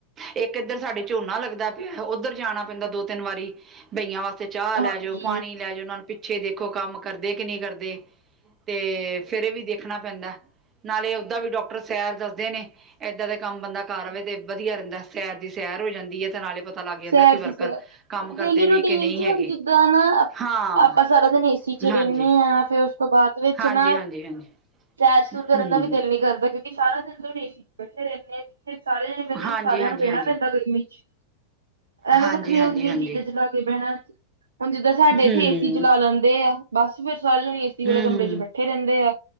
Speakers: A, on the right; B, on the right.
A: ਇੱਕ ਏੱਧਰ ਸਾਡੇ ਝੋਨਾ ਲੱਗਦਾ ਪਿਆ ਓਧਰ ਜਾਣਾ ਪੈਂਦਾ ਦੋ ਤਿੰਨ ਵਾਰੀ, ਬਈਆਂ ਵਾਸਤੇ ਚਾਹ ਲੈ
B: ਹਾਂਜੀ
A: ਜਾਓ ਪਾਣੀ ਲੈ ਜੋ, ਉਨਾਂ ਨੂੰ ਪਿੱਛੇ ਦੇਖੋ ਕੰਮ ਕਰਦੇ ਕਿ ਨਹੀਂ ਕਰਦੇ। ਤੇ ਫਿਰ ਏਹ ਵੀ ਦੇਖਣਾ ਪੈਂਦੈ, ਨਾਲੇ ਓਦਾਂ ਵੀ ਡੋਕਟਰ ਸੈਰ ਦੱਸਦੇ ਨੇ। ਏਦਾਂ ਦੇ ਕੰਮ ਬੰਦਾ ਕਰ ਆਵੇ ਤੇ ਵਧੀਆ ਰੈੰਦਾ, ਸੈਰ ਦੀ ਸੈਰ ਹੋ ਜਾਂਦੀ ਐ, ਤੇ ਨਾਲੇ ਲੱਗ ਜਾਂਦਾ
B: ਸੈਰ
A: ਕਿ ਵਰਕਰ
B: ਦੀ ਸੈਰ,
A: ਕੰਮ ਕਰਦੇ
B: ਡੇਲੀ
A: ਵੀ
B: ਰੂਟੀਨ
A: ਕਿ ਨਹੀਂ
B: 'ਚ
A: ਹੈਗੇ
B: ਹੁਣ ਜਿੱਦਾਂ ਨਾ ਅ
A: ਹਾਂ
B: ਅਪਾਂ ਸਾਰਾ ਦਿਨ ਏ ਸੀ ਚ'
A: ਹਾਂਜੀ
B: ਰੇਨੇ ਆ, ਫੇਰ ਓਸ ਤੋਂ ਬਾਦ ਵਿੱਚ
A: ਹਾਂਜੀ
B: ਨਾ
A: ਹਾਂਜੀ ਹਾਂਜੀ
B: ਸੈਰ ਸੁਰ ਕਰਨ
A: ਹਮ
B: ਦਾ ਵੀ ਦੇਲ ਨੀ ਕਰਦਾ, ਕਿਉਂਕਿ ਸਾਰਾ ਦਿਨ ਤੋਂ ਹੋਣ ਏਸੀ 'ਚ ਬੈਠੇ ਰੈੰਣੇ ਆ। ਫਿਰ ਸਾਰੇ ਜਣੇ ਬੈਂਦੇ
A: ਹਾਂਜੀ
B: ਸਾਰਿਆਂ
A: ਹਾਂਜੀ
B: ਨੂੰ ਵੈਣਾ
A: ਹਾਂਜੀ
B: ਪੈਂਦਾ ਗਰਮੀ 'ਚ, ਐਵੇਂ
A: ਹਾਂਜੀ
B: ਵੱਖਰੀਆਂ
A: ਹਾਂਜੀ
B: ਵੱਖਰੀਆਂ
A: ਹਾਂਜੀ
B: ਚੀਜ਼ਾਂ ਚਲਾ ਕੇ ਬੈਣੈ ਹੁਣ ਜਿੱਦਾਂ ਸਾਡੇ
A: ਹੂੰ
B: ਏਥੇ ਏਸੀ ਚਲਾ ਲੈਂਦੇ ਆ, ਬਸ ਫਿਰ ਸਾਰੀ ਜਾਣੇ ਏ ਸੀ
A: ਹੂੰ
B: ਵਾਲੇ ਕਮਰੇ
A: ਹੂੰ
B: 'ਚ ਬੈਠੇ ਰੈੰਦੇ ਆ,